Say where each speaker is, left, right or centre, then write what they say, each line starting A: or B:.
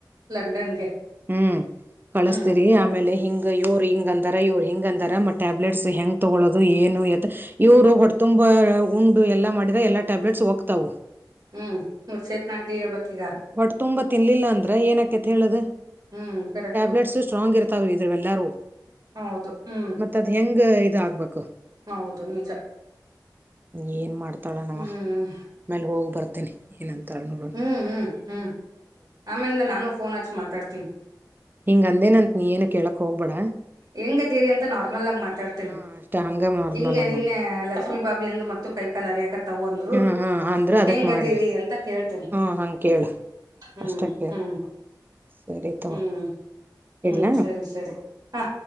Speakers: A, on the right; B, on the right.
A: ಲಂಡನ್ಗೆ
B: ಹ್ಮ ಕಳಸ್ತರಿ
A: ಹ್ಮ್
B: ಆಮೇಲೆ ಹಿನ್ ಗ ಇವರು ಹಿಂಗೆ ಅಂದಾರ ಇವ್ರು ಹಿಂಗೆ ಅಂದಾರ ಮತ್ತು ಟ್ಯಾಬ್ಲೆಟ್ಸ್ ಹೆಗೆ ತಗೊಳ್ಳೋದು ಏನು ಎತ್ತ ಇವ್ರು ಹೊಡ್ತುಂಬ ಉಂಡು ಎಲ್ಲಾ ಮಾಡಿದ್ರ ಎಲ್ಲಾ ಟ್ಯಾಬ್ಲೆಟ್ಸ್ ಹೋಗ್ತವು.
A: ಹ್ಮ್ ಮೂರ್ ಸೇತ್ ನಂಟಿ ಹೇಳ್ಬೇಕ್ ಈಗ
B: ಹೊಟ್ಟ ತುಂಬಾ ತಿನ್ಲಿಲ್ಲ ಅಂದ್ರೆ ಏನಕತಿ ಹೇಳುದು
A: ಹ್ಮ್ ಕರೆಕ್ಟು
B: ಟ್ಯಾಬ್ಲೆಟ್ಸ್ ಸ್ ಸ್ಟ್ರಾಂಗ್ ಇರ್ತವ್ ಇದುವ್ ಏಲ್ಲಾರೂ
A: ಹೌದು ಹ್ಮ್
B: ಮತ್ತದು ಹೆಂಗ ಇದ್ ಆಗ್ಬೇಕು.
A: ಹೌದು ನಿಜ
B: ಏನ್ ಮಾಡ್ತಾಳ ನವ
A: ಹ್ಮ್
B: ಮೇಲ್ ಹೋಗ್ ಬರ್ತೇನಿ ಏನಂತಳ ನೋಡ್ವ.
A: ಹ್ಮ ಉ ಹ್ಮ್ ಹ್ಮ್ ಆಮೇಲಿಂದ ನಾನು ಫೋನ್ ಹಚ್ಚಿ ಮಾತಾಡ್ತೀನಿ.
B: ಹಿಂಗ್ ಅಂದೇನಂತ ನೀ ಏನು ಕೇಳಕ್ ಹೋಗ್ಬೇಡ.
A: ಹೆಂಗದೀರಿ ಅಂತ ನಾರ್ಮಲ್ ಆಗ್ ಮಾ ತಾಡ್ತೀನ್
B: ಹಾ ಅಷ್ಟ ಹಂಗ ನಾರ್ಮಲ್
A: ಹಿಂಗೆ
B: ಆಗಿ
A: ನಿನ್ನೆ
B: ಮತ್
A: ಲಕ್ಷ್ಮಿ ಬಾಬಿ ಅಂದು ಮತ್ತು ಕೈಕಾಲ್ ಹರಿಯಕತ್ತ ಅಂದ್ರು
B: ಹಾ ಹಾ ಅಂದ್ರ ಅದಕ್
A: ಹೆಂಗದಿರಿ
B: ಮಾಡ್ದೆ
A: ಅಂತ ಕೇಳ್ತೇನಿ.
B: ಹಾ ಹಂಗ ಕೇಳು
A: ಹ್ಮ್
B: ಅಷ್ಟ ಕೇಳ
A: ಹ್ಮ್
B: ಸರಿ ತಗೋ
A: ಹ್ಮ್ ಹ್ಮ್
B: ಇಡ್ಲಾ
A: ಸರಿ ಸರಿ. ಹಾ